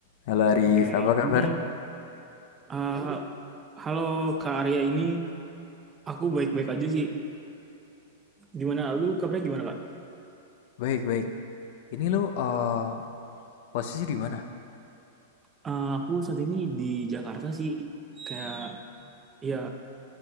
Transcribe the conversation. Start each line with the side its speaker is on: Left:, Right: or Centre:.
Left: Halo Arif,
Right: Oke,
Left: apa kabar?
Right: ini eh halo Kak Arya ini aku baik-baik aja sih. Gimana lu kabarnya gimana Kak?
Left: Baik, baik. Ini lu eh, posisi di mana?
Right: Eh, aku saat ini di Jakarta sih kayak ya